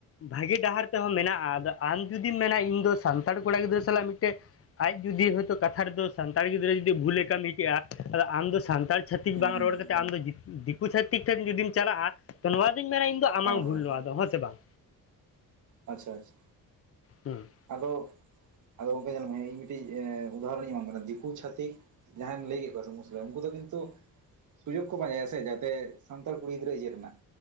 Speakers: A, on the left; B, on the right.
A: ᱵᱷᱟᱜᱤ ᱰᱟᱦᱟᱨ ᱛᱮᱦᱚᱸ ᱢᱮᱱᱟᱜᱼᱟ ᱟᱫᱚ ᱟᱢ ᱡᱩᱫᱤᱢ ᱢᱮᱱᱟ ᱤᱧ ᱫᱚ ᱥᱟᱱᱛᱟᱲ ᱠᱚᱲᱟ ᱜᱤᱫᱽᱨᱟᱹ ᱥᱟᱞᱟᱜ ᱢᱤᱫᱴᱮᱡ ᱟᱡ ᱡᱩᱫᱤ ᱦᱚᱭ ᱛᱳ ᱠᱟᱛᱷᱟ ᱨᱮᱫᱚ ᱥᱟᱱᱛᱟᱲ ᱜᱤᱫᱽᱨᱟᱹ ᱡᱩᱫᱤ ᱵᱷᱩᱞᱮ ᱠᱟᱹᱢᱤ ᱠᱮᱜᱼᱟ ᱟᱫᱚ ᱟᱢ ᱫᱚ ᱥᱟᱱᱛᱟᱲ ᱪᱷᱟᱹᱛᱤᱠ
B: ᱦᱩᱸ
A: ᱵᱟᱝ
B: ᱦᱩᱸ
A: ᱨᱚᱲ ᱠᱟᱛᱮ ᱟᱢ ᱫᱚ ᱡᱮ ᱫᱤᱠᱩ ᱪᱷᱟᱛᱤᱠ ᱴᱷᱮᱱ ᱡᱩᱫᱤᱢ ᱪᱟᱞᱟᱜᱼᱟ ᱱᱚᱣᱟ ᱫᱩᱧ ᱢᱮᱱᱟ ᱤᱧ ᱟᱢᱟᱝ
B: ᱦᱳᱭ ᱦᱳᱭ
A: ᱵᱷᱩᱞ ᱱᱚᱣᱟ ᱫᱚ, ᱦᱚᱸ ᱥᱮ ᱵᱟᱝ?
B: ᱟᱪᱪᱷᱟ ᱪᱷᱟ
A: ᱦᱩᱸ
B: ᱟᱫᱚ, ᱟᱫᱚ ᱜᱚᱝᱠᱮ ᱧᱮᱞᱢᱮ ᱤᱧ ᱠᱟᱴᱤᱡ ᱩᱫᱟᱦᱚᱨᱚᱱ ᱤᱧ ᱮᱢᱟᱢ ᱠᱟᱱᱟ ᱫᱤᱠᱩ ᱪᱷᱟᱛᱤᱠ ᱡᱟᱦᱟᱸᱭᱮᱢ ᱞᱟᱹᱭ ᱠᱮᱫ ᱠᱚᱣᱟ ᱥᱮ ᱢᱩᱥᱞᱟᱹ ᱩᱱᱠᱩ ᱫᱚ ᱠᱤᱱᱛᱩ ᱥᱩᱡᱳᱜᱽ ᱠᱚ ᱯᱟᱸᱡᱟᱭᱟ ᱥᱮ ᱡᱟᱛᱮ ᱥᱟᱱᱛᱟᱲ ᱠᱩᱲᱤ ᱜᱤᱫᱽᱨᱟᱹ ᱤᱭᱟᱹ ᱨᱮᱱᱟᱜ᱾